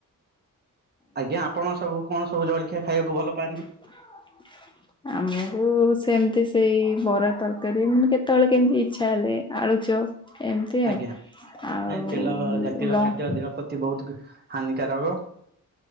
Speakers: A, on the right; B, on the left.
A: ଆଜ୍ଞା ଆପଣ ସବୁ କଣ ସବୁ ଜଳଖିଆ ଖାଇବାକୁ ଭଲ ପାଆନ୍ତି?
B: <inaudible> ଆମକୁ ସେମିତି ସେଇ ବରା ତରକାରୀ ମାନେ କେତେବେଳେ କେମିତି ଇଛା ହେଲେ ଆଳୁ ଚପ ଏମିତି
A: ଆଜ୍ଞା
B: ଆଉ ଆଉ
A: ନାଇଁ ତେଲ ଜାତୀୟ
B: ଲଙ୍କା
A: ଖାଦ୍ୟ ଦେହ ପ୍ରତି ବହୁତ ହାନିକାରକ